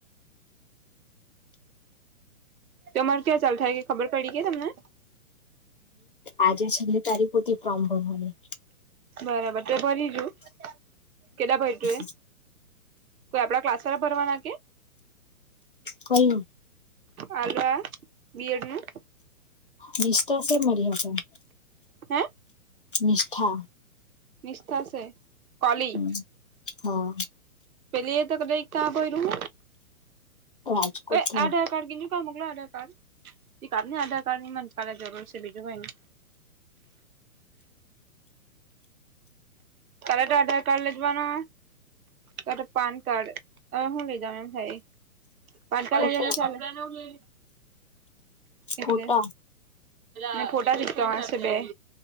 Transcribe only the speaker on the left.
આજે છેલ્લી તારીખ. ફોર્મ ભરવાની
<unintelligible>
કોઈ ની
નિષ્ઠાશે મરી હતા.
નિષ્ઠા
હમ, હા
રાજકોટ
થયો.
ફોટા
ફોટા